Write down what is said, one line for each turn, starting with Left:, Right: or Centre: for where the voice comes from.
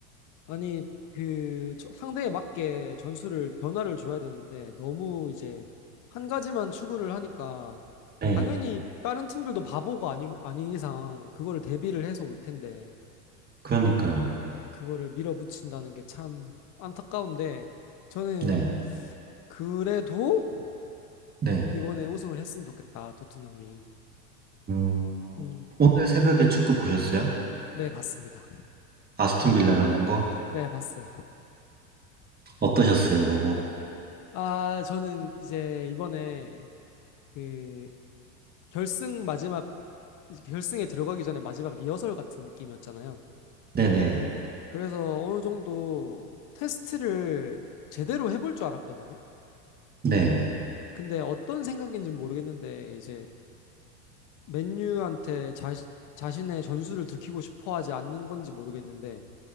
Left: 아니 그 저- 상대에 맞게 전술을 변화를 줘야 되는데 너무 이제 한 가지만 추구를 하니까
Right: 네,
Left: 당연히 다른 팀들도 바보가 아니 아닌 이상 그거를 대비를 해서 올 텐데
Right: 그러니까요.
Left: 네, 그거를 밀어붙인다는 게 참 안타까운데 저는
Right: 네,
Left: 그래도
Right: 네.
Left: 이번에 우승을 했으면 좋겠다, 토트넘이.
Right: 음,
Left: 음,
Right: 오늘 새벽에 축구 보셨어요?
Left: 네, 봤습니다.
Right: 아스톤 빌라랑 한 거?
Left: 네, 봤어요.
Right: 어떠셨어요, 보고?
Left: 아, 저는 이제 이번에 그 결승 마지막 이제 결승에 들어가기 전에 마지막 리허설 같은 느낌이었잖아요.
Right: 네네.
Left: 그래서 어느 정도 테스트를 제대로 해볼 줄 알았거든요.
Right: 네.
Left: 근데 어떤 생각인지는 모르겠는데 이제 맨유한테 자, 자신의 전술을 들키고 싶어 하지 않는 건지 모르겠는데